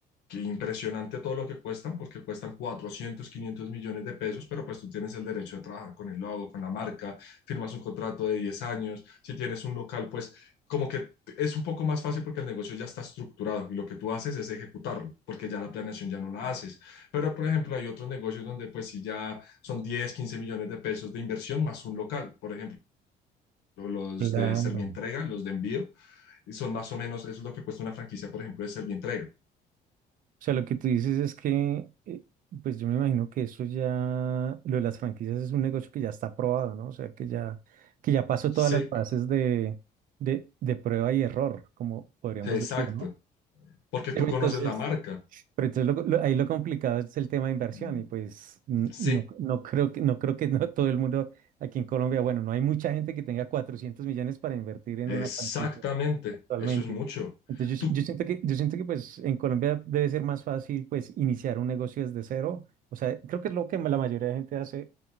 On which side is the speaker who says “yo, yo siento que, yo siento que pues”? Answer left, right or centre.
Right